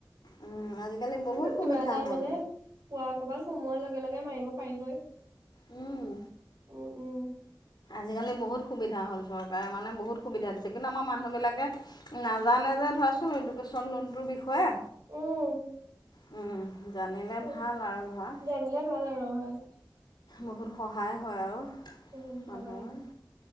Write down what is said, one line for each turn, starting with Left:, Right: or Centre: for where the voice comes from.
Left: উম, আজিকালি বহুত
Right: উম'
Left: সুবিধা
Right: কিবা এটা
Left: হ'ল।
Right: মানে পোৱা কবাত সুমোৱাৰ লগে লগে মাৰিব পাৰিবই।
Left: উম'
Right: উম উম'
Left: আজিকালি বহুত সুবিধা হ'ল, চৰকাৰে মানে বহুত সুবিধা দিছে, কিন্তু আমাৰ মানুহবিলাকে নাজানে যে ধৰ চোন এডুকেশ্যন লোনটোৰ বিষয়ে
Right: উম'
Left: উম' জানিলে
Right: সেইটো,
Left: ভাল আৰু ধৰা
Right: জানিলে ভাল আৰু নহয়
Left: বহুত সহায় হয় আৰু।
Right: উ
Left: মানুহৰ
Right: হয় হয় হয়।